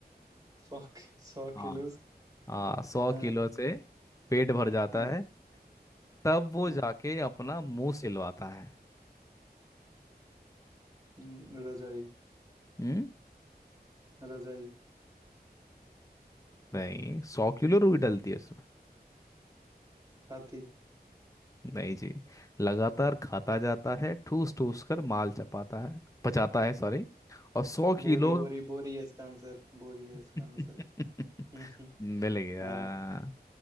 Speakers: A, on the right (about 20°); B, on the left (about 20°).
A: सौ सौ
B: हाँ
A: किलो से
B: हाँ सौ
A: हाँ
B: किलो से पेट भर जाता
A: हाँ
B: है तब वो
A: हम्म
B: जाके अपना मुंह सिलवाता है
A: हम्म, रजाई
B: हम्म
A: रजाई
B: नहीं सौ किलो रुई डलती है उसमें
A: हाथी
B: नहीं जी लगातार खाता जाता है ठूस ठूस कर माल चपाता है पचाता है सॉरी और सौ
A: बोरी
B: किलो
A: बोरी बोरी है इसका आंसर बोरी है इसका
B: <laughs>
A: आंसर <laughs> हम्म,
B: मिल गया
A: हाँ